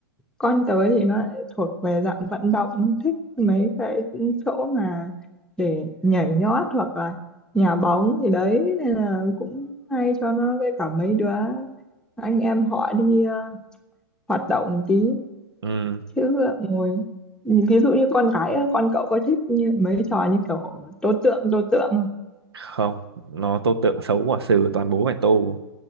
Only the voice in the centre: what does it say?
con tớ thì nó lại thuộc về dạng vận động nó thích mấy cái chỗ mà để nhảy nhót hoặc là nhà bóng gì đấy nên là cũng hay cho nó với cả mấy đứa anh em họ đi ờ, hoạt động tí
chứ ngồi ví dụ như con gái á, con cậu có thích như mấy trò như kiểu tố tượng tố tượng không